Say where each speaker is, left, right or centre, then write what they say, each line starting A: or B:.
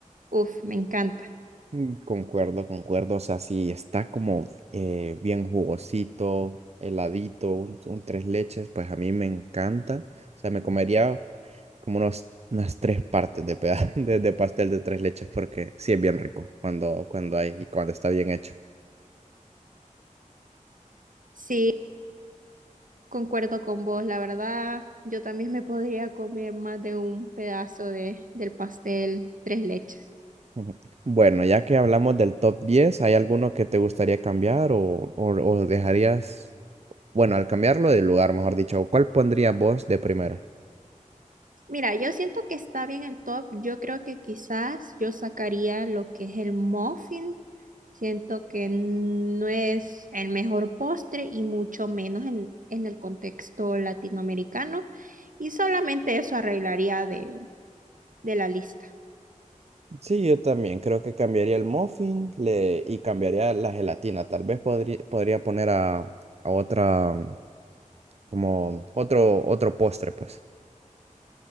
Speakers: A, on the right; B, on the right.
A: Uf, me encanta.
B: Mm, Concuerdo, concuerdo. O sea, sí, está como eh, bien jugosito, heladito, un, un tres leches, pues a mí me encanta. O sea, me comería como unos, unas tres partes de, peda- <laughs> de, de pastel de tres leches porque sí es bien rico cuando, cuando hay y cuando está bien hecho.
A: Sí. Concuerdo con vos, la verdad, yo también me podría comer más de un pedazo de, del pastel tres leches.
B: Ujú. Bueno, ya que hablamos del top diez ¿hay alguno que te gustaría cambiar o, o, o dejarías, bueno, al cambiarlo de lugar, mejor dicho, ¿cuál pondrías vos de primero?
A: Mira, yo siento que está bien el top, yo creo que quizás yo sacaría lo que es el muffin, siento que no es el mejor postre y mucho menos en, en el contexto latinoamericano y solamente eso arreglaría de, de la lista.
B: Sí, yo también creo que cambiaría el muffin le, y cambiaría la gelatina. Tal vez podría, podría poner a, a otra, como otro, otro postre, pues.